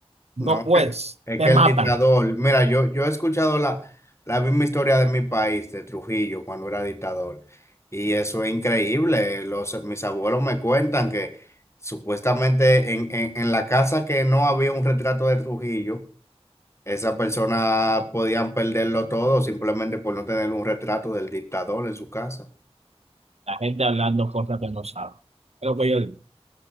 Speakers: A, on the right (about 80°); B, on the left (about 25°).
A: no
B: No,
A: puedes,
B: que- es
A: te
B: que
A: matan.
B: el dictador, mira, yo, yo he escuchado la, la misma historia de mi país, de Trujillo, cuando era dictador, y eso es increíble. Los, mis abuelos me cuentan que supuestamente en, en, en la casa que no había un retrato de Trujillo, esas personas podían perderlo todo simplemente por no tener un retrato del dictador en su casa.
A: La gente hablando cosas que no sabe. Es lo que yo digo.